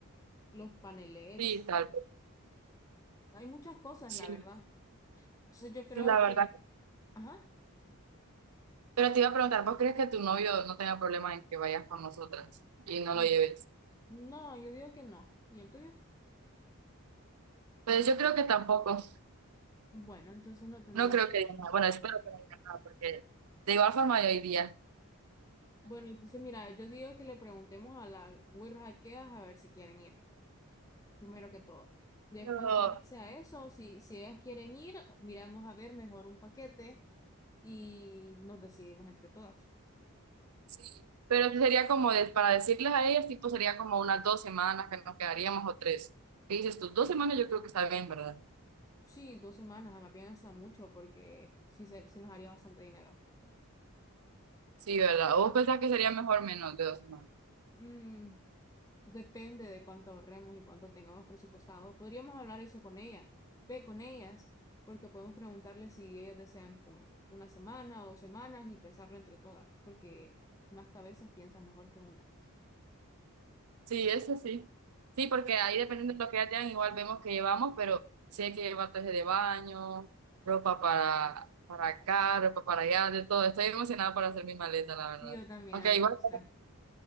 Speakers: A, on the left; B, on the right.
A: Los panelets,
B: Sí, tal vez.
A: hay muchas cosas,
B: Sí,
A: la verdad. Entonces yo creo
B: la verdad.
A: que, ajá,
B: Pero te iba a preguntar, ¿vos crees que tu novio no tenga problema en que vayas con nosotras y no
A: mm,
B: lo lleves?
A: no, yo digo que no. ¿Y el tuyo?
B: Pues yo creo que tampoco.
A: Bueno, entonces no tendríamos
B: No creo que
A: problema
B: diga nada.
A: con
B: Bueno,
A: eso.
B: espero que no diga nada, porque de igual forma yo iría.
A: Bueno, entonces mira, yo digo que le preguntemos a las güiras aqueas a ver si quieren ir, primero que todo. Después,
B: Pero
A: en base a eso, si, si ellas quieren ir, miramos a ver mejor un paquete y nos decidimos entre todas.
B: sí. Pero sería como de- para decirles a ellas, tipo, sería como unas dos semanas que nos quedaríamos o tres. ¿Qué dices tú? Dos semanas yo creo que está bien, ¿verdad?
A: Sí, dos semanas, me piensa mucho porque sí, se, sí nos haría bastante dinero.
B: Sí, ¿verdad? ¿O ¿Vos pensás que sería mejor menos de dos semanas?
A: Mm, depende de cuánto ahorremos y cuánto tengamos presupuestado. Podríamos hablar eso con ella, ve con ellas, porque podemos preguntarles si ellas desean como una semana o dos semanas y pensarlo entre todas, porque más cabezas piensan mejor que una.
B: Sí, eso sí. Sí, porque ahí dependiendo de lo que ya tengan, igual vemos que llevamos, pero sí hay que llevar traje de baño, ropa para, para acá, ropa para allá, de todo. Estoy emocionada para hacer mi maleta, la verdad.
A: Sí, yo también,
B: Aunque
A: a mí
B: igual,
A: me gusta.